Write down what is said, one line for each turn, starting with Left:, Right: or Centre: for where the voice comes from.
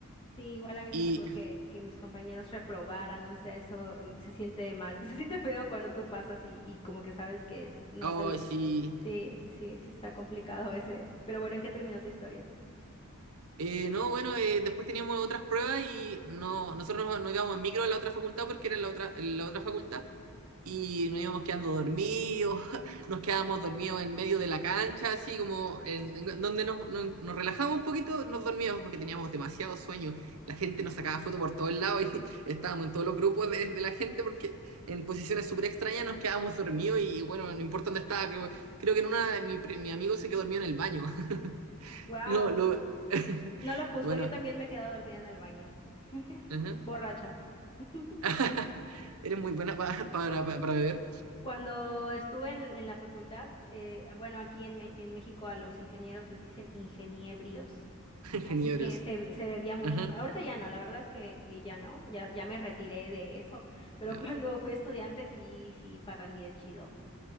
Left: Sí, igual a mí
Right: Y,
Left: me tocó que, que mis compañeros reprobaran, no sé, eso, y se siente mal, <laughs> se siente feo cuando tú pasas y, y como que sabes que no
Right: oh,
Left: te... lo-
Right: sí.
Left: Sí, sí, sí está complicado ese. Pero bueno, ¿en qué terminó tu historia?
Right: Eh, no, bueno, eh, después teníamos otras pruebas y no, nosotros nos, nos íbamos en micro a la otra facultad porque era la otra, la otra facultad y nos íbamos quedando dormidos, <laughs> nos quedábamos dormidos en medio de la cancha, así como en, en donde nos, nos, nos relajábamos un poquito, nos dormíamos porque teníamos demasiado sueño. La gente nos sacaba fotos por todos lados y <laughs> estábamos en todos los grupos de, de la gente porque en posiciones súper extrañas nos quedábamos dormidos y bueno, no importa dónde estaba, creo, creo que en una de mi, mi amigo se quedó dormido en el baño. <laughs>
Left: Wow,
Right: No, lo... <laughs>
Left: no lo juzgo,
Right: bueno,
Left: yo también me he quedado dormida en el baño,
Right: ajá.
Left: borracha. <laughs>
Right: <laughs> Eres muy buena pa- para, para, beber,
Left: Cuando estuve en, en la facultad, eh, bueno, aquí en, Me- en México a los ingenieros les dicen ingeniebrios.
Right: <laughs>
Left: Así
Right: geniebrios.
Left: que se, se bebía mucho.
Right: Ajá,
Left: la- Ahorita ya no, la verdad es que, que ya no, ya, ya me retiré de eso. Pero
Right: de
Left: <laughs> cuando
Right: la-
Left: fui estudiante sí, sí, parrandié chido.